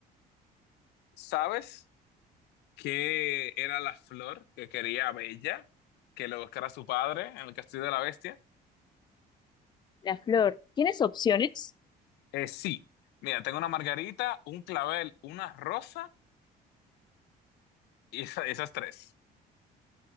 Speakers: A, on the left; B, on the left.
A: ¿Sabes qué era la flor que quería Bella que lo buscara su padre en el Castillo de la Bestia?
B: La flor. ¿Tienes opciones?
A: Eh, sí. Mira, tengo una margarita, un clavel, una rosa y esa- esas tres.